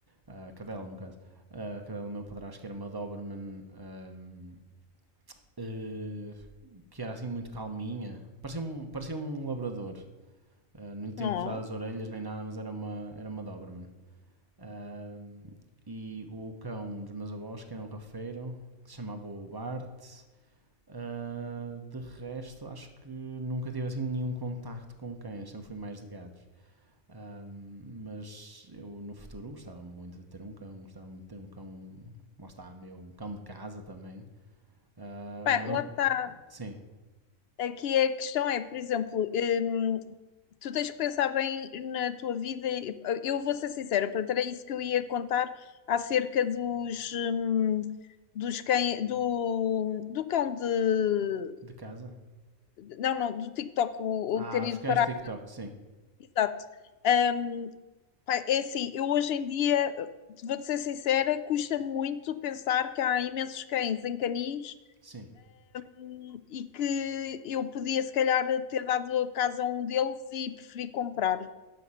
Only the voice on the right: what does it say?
a cadela no caso. A cadela do meu padrasto, que era uma Doberman, ahm, eh, que era assim muito calminha. Parecia um, parecia um labrador. Ah, não lhe tinham
cortado as orelhas nem nada, mas era uma, era uma Doberman. Ahm, e o cão dos meus avós, que era um rafeiro, que se chamava o Bart, Ah, de resto, acho que nunca tive assim nenhum contacto com cães, sempre fui mais de gatos. Ah, mas eu no futuro gostava muito de ter um cão, gostava muito de ter um cão, lá está, meu, um cão de casa também. Ah,
mas,
sim,
de casa.
Ah,
os cães
de TikTok, sim,
sim,